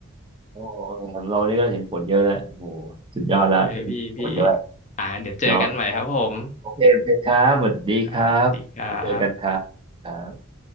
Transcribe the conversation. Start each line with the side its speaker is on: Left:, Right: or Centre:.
Right: โอ้ของเรานี่ก็เห็นผลเยอะแล้วโอ้โหสุดยอดแล้วมีผลด้วย
Left: เออพี่พี่อ่าเดี๋ยวเจอกันใหม่ครับผม
Right: เนาะโอเคโอเคครับสวัสดีครับไปเจอกันครับครับ
Left: ครับดีครับ